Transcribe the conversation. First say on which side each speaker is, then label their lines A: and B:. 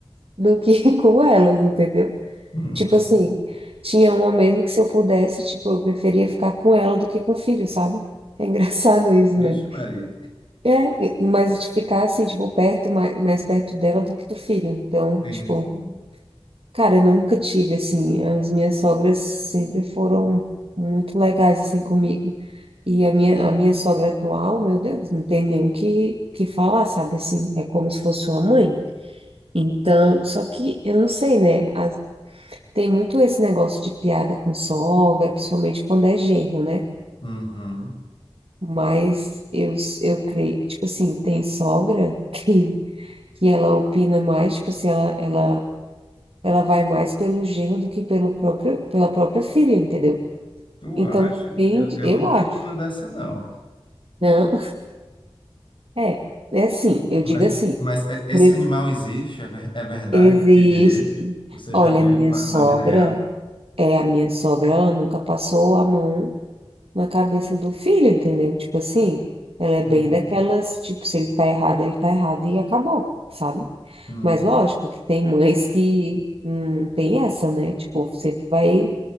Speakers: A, on the right; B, on the left.
A: do que <laughs> com elas, entendeu?
B: Uhum.
A: Tipo assim, tinha uma mesmo que se eu pudesse, tipo, eu preferia ficar com ela do que com o filho, sabe? É engraçado isso,
B: Vixe,
A: né?
B: Maria.
A: É, e- mas de ficar assim, tipo, perto, mais, mais perto dela do que do filho. Então,
B: Sim,
A: tipo.
B: sim.
A: Cara, eu nunca tive, assim, as minhas sogras sempre foram muito legais, assim, comigo. E a minha, a minha sogra atual, meu Deus, não tem nem o que, que falar, sabe, assim, é como se fosse uma mãe. Então, só que eu não sei, né, as- tem muito esse negócio de piada com sogra, principalmente quando é genro, né?
B: Uhum.
A: Mas eu, s- eu creio, tipo assim, tem sogra <laughs> que, que ela opina mais, tipo assim, ela, ela Ela vai mais pelo genro do que pelo próprio, pela própria filha, entendeu?
B: Tu
A: Então
B: acha?
A: depende,
B: Eu, eu
A: eu
B: nunca
A: acho.
B: vi uma dessa, não.
A: Não, é, é assim, eu
B: Mas,
A: digo assim.
B: mas é- esse
A: por ex-
B: animal existe, é, ver- é verdade,
A: Existe.
B: esse bilhete. Você
A: Olha,
B: já viu
A: a minha
B: na,
A: sogra,
B: na vida real?
A: é a minha sogra, ela nunca passou a mão na cabeça do filho, entendeu? Tipo assim, ela é
B: Uhum.
A: bem daquelas, tipo, se ele tá errado, ele tá errado e acabou, sabe?
B: Hum.
A: Mas lógico que tem mães que hum, tem essa, né? Tipo, sempre vai,